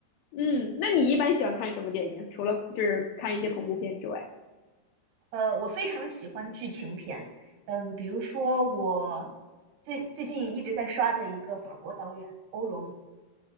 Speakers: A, on the left; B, on the right.
A: 嗯，那你一般喜欢看什么电影？除了就是看一些恐怖片之外，
B: 呃，我非常喜欢剧情片，嗯，比如说我最最近一直在刷的一个法国导演欧容，